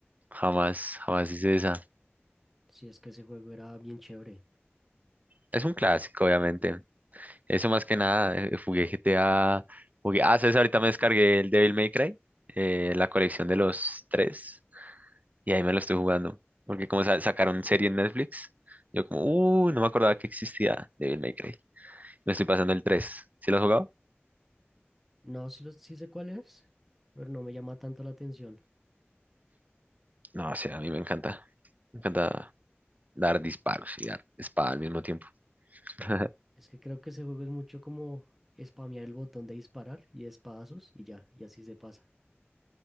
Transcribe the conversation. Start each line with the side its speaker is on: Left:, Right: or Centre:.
Right: Jamás, jamás hice esa.
Centre: sí, es que ese juego era bien chévere.
Right: Es un clásico, obviamente. Eso más que nada, eh, jugué GTA, jugué, ah, ¿sabes? Ahorita me descargué el Devil May Cry, eh, la colección de los tres, y ahí me lo estoy jugando, porque como sa- sacaron serie en Netflix, yo como, uh, no me acordaba que existía Devil May Cry. Me estoy pasando el tres ¿sí lo has jugado?
Centre: No, sí, lo, sí sé cuál es, pero no me llama tanto la atención.
Right: No, o sea, a mí me encanta, me encanta dar disparos y dar espada al mismo tiempo. <laughs>
Centre: Es que creo que ese juego es mucho como spamear el botón de disparar y espadazos y ya, y así se pasa.